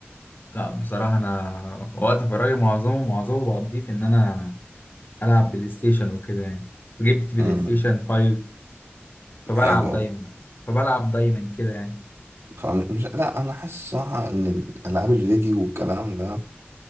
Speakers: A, on the left; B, on the right.
A: لا بصراحة أنا وقت فراغي معظمه معظمه بقضيه في إن أنا ألعب بلاي ستيشن وكده يعني جبت بلاي
B: أم،
A: ستيشن 5 فبلعب
B: حلو أوي.
A: دايما فبلعب دايما كده يعني
B: فم- مش لا أنا حاسس صح إن ألعاب الفيديو والكلام ده